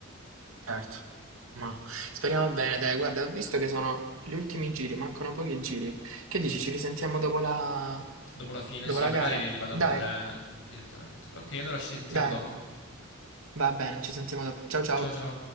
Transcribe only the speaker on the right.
Certo. Ma speriamo bene, dai, guarda, ho visto che sono gli ultimi giri, mancano pochi giri. Che dici, ci risentiamo dopo la,
dopo
la
gara?
Dai,
dai,
va bene, ci sentiamo dopo. Ciao ciao.